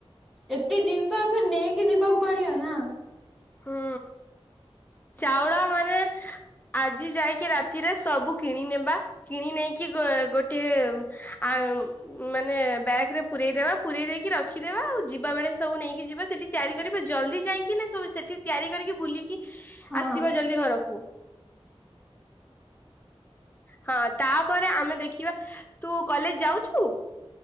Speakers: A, in the centre; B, on the left.
A: ଏତେ ଜିନିଷ ଆ ଫେର୍ ନେଇକି ଯିବାକୁ ପଡ଼ିବ ନା।
B: ହୁଁ। ଚାଉଳ ମାନେ ଆଜି ଜାଇକି ରାତିରେ ସବୁ କିଣି ନେବା। କିଣି ନେଇକି ଗୋ ଗୋଟେ ଆ ମାନେ ବ୍ୟାଗ୍ ରେ ପୁରରେଇଦବା ପୁରରେଇ ଦେଇକି ରଖିଦେବା ଆଉ। ଯିବା ବେଳେ ବି ସବୁ ନେଇକି ଯିବା। ସେଠି ତିଆରି କରିବା। ଜଲ୍ଦି ଯାଇକି ନା ସବୁ ସେଠି ତିଆରି କରିକି। ବୁଲିକି
A: ହଁ
B: ଆସିବା ଜଲ୍ଦି ଘରକୁ ହଁ ତାପରେ ଆମେ ଦେଖିବା। ତୁ କଲେଜ ଯାଉଛୁ?